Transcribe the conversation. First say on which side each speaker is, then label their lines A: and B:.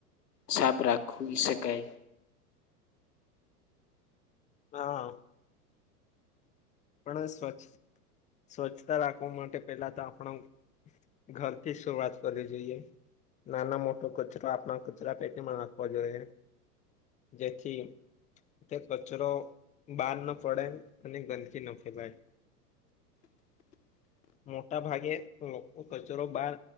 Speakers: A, on the left; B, on the left.
A: સાફ રાખવી શકાય.
B: હા પણ સ્વચ્છ સ્વચ્છતા રાખવા માટે પેલા તો આપણ ઘરથી શરૂઆત કરવી જોઈએ. નાનો મોટો કચરો આપણા કચરા પેટીમાં નાખવા જોઈએ. જેથી તે કચરો બહાર ન પડે અને ગંદકી ચિના ફે ભાઈ <unintelligible>
A: <inaudible>
B: મોટા ભાગે લોકો કચરો બાર